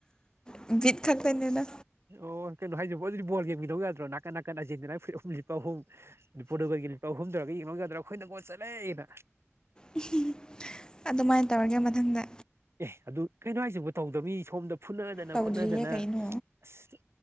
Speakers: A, on the left; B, on the right.
A: ꯅꯨꯡꯁꯤꯠ ꯈꯛꯇꯥꯅꯤꯗ
B: ꯑꯣ ꯀꯩꯅꯣ ꯍꯥꯏꯖꯤꯕꯣ ꯑꯗꯨꯗꯤ ꯕꯣꯜ ꯌꯦꯡꯃꯤꯟꯅꯧ ꯌꯥꯗ꯭ꯔꯣ ꯅꯥꯀꯟ ꯅꯥꯀꯟꯗ ꯑꯥꯔꯖꯦꯟꯇꯤꯅ ꯐꯨꯔꯤꯠ ꯑꯍꯨꯝ ꯂꯤꯠꯄ ꯑꯍꯨꯝ ꯄꯣꯔꯇꯨꯒꯜꯒꯤ ꯅꯨꯄꯥ ꯑꯍꯨꯝ ꯇꯧꯔꯒ ꯌꯦꯡꯅꯧ ꯌꯥꯗ꯭ꯔꯣ ꯑꯩꯈꯣꯏꯅ ꯒꯣꯜ ꯆꯜꯂꯦꯅ
A: ꯎꯝ <unintelligible> ꯑꯗꯨꯃꯥꯏ ꯇꯧꯔꯒꯦ ꯃꯊꯪꯗ
B: ꯑꯦ ꯑꯗꯨ ꯀꯩꯅꯣ ꯍꯥꯏꯁꯤꯕꯨ ꯇꯧꯗ꯭ꯔꯣ ꯃꯤ ꯁꯣꯝꯗ ꯐꯨꯅꯗꯅ
A: ꯇꯧꯗ꯭ꯔꯤꯌꯦ
B: ꯈꯣꯠꯅꯗꯅ
A: ꯀꯩꯅꯣ
B: ꯑꯁ